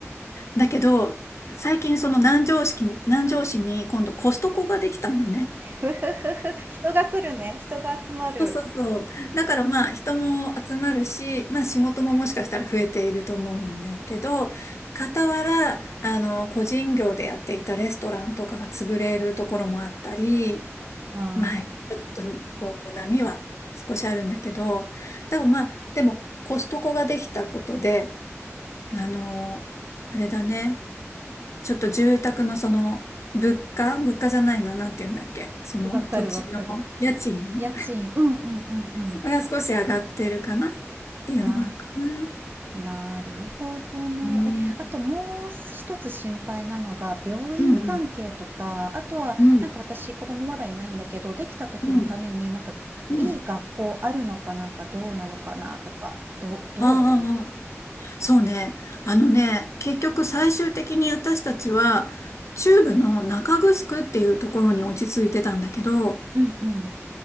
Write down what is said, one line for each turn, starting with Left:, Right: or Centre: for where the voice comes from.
Left: だけど、最近その南城市に、南城市に今度コストコができたんだよね。
Right: ふふふふ。人が来るね。人が集まる。
Left: そうそうそう。だからまあ人も集まるし、まあ仕事ももしかしたら増えていると思うんだけど、傍ら、あの、個人業でやっていたレストランとかが潰れるところもあったり、
Right: あ
Left: まあちょっとこう波は少しあるんだけど、でもまあ、でもコストコができたことで、あの、あれだね。ちょっと住宅のその、物価、物価じゃないな、なんて言うんだっけ、その土地の家賃
Right: ー。わかるわかる。家賃。うんうんうんうん。
Left: <laughs> が少し上がってるかなっていうのはあるかな。
Right: あー。なるほどね。
Left: うん。
Right: え、あともう一つ心配なのが、病院関係とか、
Left: うん、うん、
Right: あとは、
Left: う
Right: なんか私、子供まだいないんだけど、できた時のために、
Left: ん、
Right: なんか、
Left: うん。
Right: いい学校あるのかなんかどうなのかなとか、どう、うどうん
Left: ああ、そうね。あのね、結局最終的に私たちは、中部の中城っていうところに落ち着いてたんだけど、
Right: うんうん。